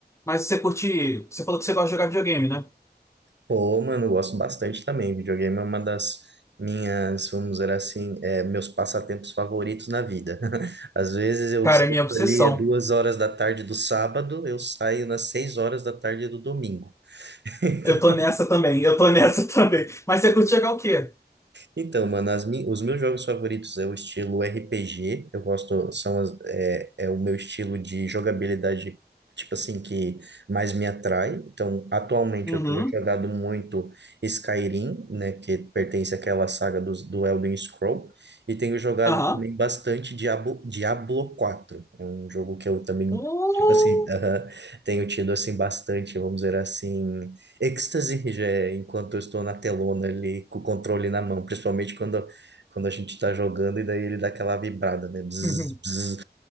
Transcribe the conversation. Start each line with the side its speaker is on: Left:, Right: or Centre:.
Left: Mas você curte. Você falou que você gosta de jogar videogame, né?
Right: Pô, mano, eu gosto bastante também. Videogame é uma das minhas, vamos dizer assim, é, meus passatempos favoritos na vida. <laughs> Às vezes eu
Left: Cara,
Right: sento
Left: é minha obsessão.
Right: ali às duas horas da tarde do sábado, eu saio nas seis horas da tarde do domingo. <laughs>
Left: Eu tô nessa também, eu tô nessa <laughs> também. Mas você curte jogar o quê?
Right: Então, mano, as min- os meus jogos favoritos é o estilo RPG. Eu gosto, são as- é, é o meu estilo de jogabilidade, tipo assim, que mais me atrai. Então, atualmente
Left: Uhum.
Right: eu tenho jogado muito Skyrim, né, que pertence àquela saga do, do Elden Scroll, e tenho jogado
Left: Aham.
Right: também bastante Diablo, Diablo quatro É um jogo que eu também,
Left: Uh.
Right: tipo assim, <laughs> aham, tenho tido assim bastante, vamos dizer assim êxtase já, é enquanto eu estou na telona ali com o controle na mão, principalmente quando, quando a gente está jogando e daí ele dá aquela vibrada, né? Bzz,
Left: <laughs>
Right: bzz.